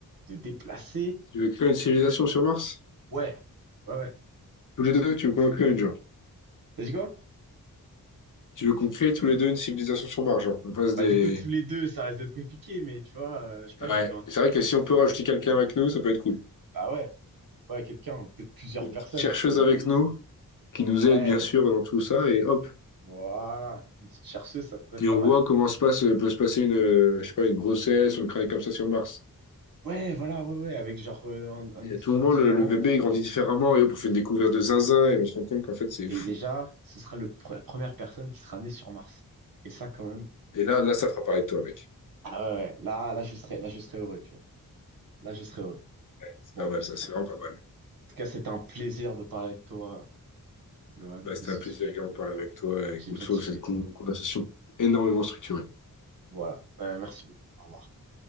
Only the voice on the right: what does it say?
De déplacer.
Ouais, ouais, ouais.
T'as dit quoi?
Bah
du coup, tous les deux, ça reste d'être compliqué, mais tu vois, euh, je sais pas,
j'ai vu un...
Bah ouais, ouais, quelqu'un, peut-être plusieurs
personnes,
parce que...
si-
Ouais.
Voilà, une petite chercheuse, ça te prête
pas
mal.
Ouais, voilà, ouais, ouais, avec genre euh, un, un
oxygène
différent.
Et déjà, ce sera le, pre- la première personne qui sera née sur Mars. Et ça, quand même.
Ah ouais, ouais, là, là, je serais, là, je serais heureux, tu vois. Là, je serais heureux.
Bon,
en
tout cas, c'était un plaisir de parler avec toi, Lohan,
de
ce
sujet.
J'ai
bien kiffé.
Voilà. Euh, merci beaucoup. Au revoir.